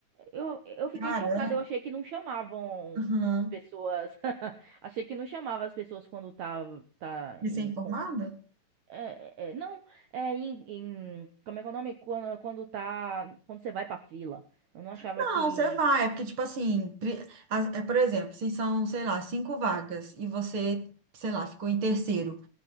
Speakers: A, on the right; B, on the right.
A: Eu, eu fiquei
B: Cara,
A: chocada, eu achei que não chamavam
B: uhum.
A: as pessoas. <laughs> Achei que não chamava as pessoas quando tá, tá
B: Recém-formada?
A: em. con- É, é, é, não, é em, em- Como é que é o nome? Quando, quando tá. Quando você vai pra fila. Eu não achava
B: Não,
A: que.
B: você vai. É porque, tipo assim, pri- a- é, por exemplo, se são, sei lá, cinco vagas e você, sei lá, ficou em terceiro.